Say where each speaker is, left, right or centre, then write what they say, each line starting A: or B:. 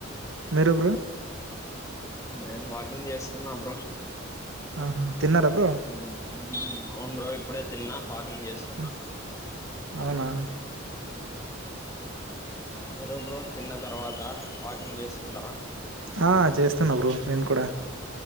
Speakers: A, on the right; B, on the left.
A: మీరు బ్రో
B: నేను వాకింగ్ చేస్తున్నా బ్రో
A: ఆహా తిన్నారా బ్రో
B: హ్మ్మ్ అవును బ్రో ఇప్పుడే తిన్నా వాకింగ్ చేస్తున్నా
A: ఆ! అవునా
B: హ్మ్మ్ మీరు బ్రో తిన్న తర్వాత వాకింగ్ చేస్తుంటారా
A: ఆ చేస్తున్నా బ్రో నేను కూడా